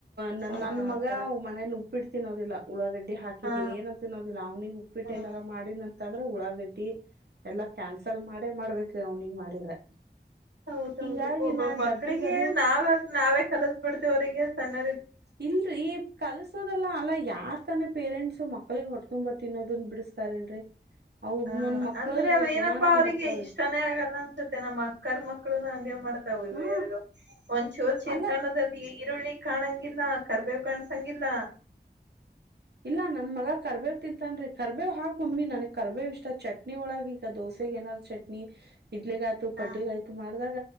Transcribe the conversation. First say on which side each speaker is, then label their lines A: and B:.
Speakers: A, on the right (about 65°); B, on the right (about 80°).
A: ನ್
B: ಹಾ
A: ನನ್ನ ಮಗ
B: ಆತರ
A: ಮನೇಲಿ ಉಪ್ಪಿಟ್ಟು ತಿನ್ನೋದಿಲ್ಲ ಉಳ್ಳಾಗಡ್ಡಿ ಹಾಕಿದ್ದ್
B: ಹಾ
A: ಏನ ತಿನ್ನೋದಿಲ್ಲ ಅವ್ನಿಿಗೆ ಉಪ್ಪಿಟ್ಟ.
B: ಹಾ
A: ಏನಾರ ಮಾಡಿ ನಂತ. ಅಂತಂದ್ರೆ ಉಳಾಗಡ್ಡಿ ಎಲ್ಲಾ ಕ್ಯಾನ್ಸಲ್ ಮಾಡೇ ಮಾಡ್ಬೇಕ್ರೀ ಅವನಿಿಗೆ ಮಾಡಿದ್ರೆ.
B: ಹೌದೌದು
A: ಹಿಂಗಾಗಿ
B: ಒಬ್ಬ
A: ನಾ
B: ಮಕ್ಳಿಗೆ
A: ಡಬ್ಬಿಗದು
B: ನಾವಾಗ ನಾವೇ ಕಲಸ ಬಿಿಡ್ತಿೀವ ಅವರಿಗೆ ಸಣ್ಣ.
A: ಇಲ್ರೀ ಕಲ್ಸೋದಲ್ಲ ಅಲ್ಲ ಯಾರ್ ತಾನ ಪೇರೆಂಟ್ಸ ಮಕ್ಳಿಗೆ ಹೊಡ್ತುಂಬ್ ಬರ್. ತಿನ್ನೋದನ್ ಬಿಡಿಸಸ್ತಾರಲ್ರರಿ. ಅವ
B: ಹ
A: ನನ್ ಮಕ್ಳ
B: ಅಂದ್ರೆ
A: ಗುಣಾನಂಗ
B: ಏನಪ್ಪಾ ಅವ್ರಿಗೆ
A: ಬರ್ತಾವ್ರಿ
B: ಇಷ್ಟಾನೇ ಆಗಲ್ಲ ಅನ್ಸತ್ತೆ ನಮ್ಮ್ ಅಕ್ಕರ್ ಮಕ್ಳುನು ಹಗೆ ಮಾಡ್ತ.
A: ಹಾ
B: ಯಲ್ಲ ಒಚೋರ್ ಚಿತ್ರಾನ್ನ
A: ಅಲ್ಲ
B: <unintelligible> ಈರುಳ್ಳಿ ಕಾಣಂಗಿಲ್ಲ ಕರ್ಬೇವ್ ಕಾಣಸಂಗಿಲ್ಲ.
A: ಇಲ್ಲಾ ನನ್ ಮಗ ಕರ್ಬೇವ್ ತಿಂತನ್ರಿ ಕರ್ಬೇವ್ ಹಾಗ ಮಮ್ಮಿ ನನ್ಗ್ ಕರ್ಬೇವ ಇಷ್ಟ ಚಟ್ನಿ ಒಳಗ ಈಗ ದೋಸೆ. ಸ ಏಾದ್ ಚಟ್ನಿ ಇಡ್ಲಿಗಾಯ್ತು
B: ಹಾ
A: ಪಡ್ಡಿಗ ಆಯ್ತು ಮಾಡ್ದಾಗ.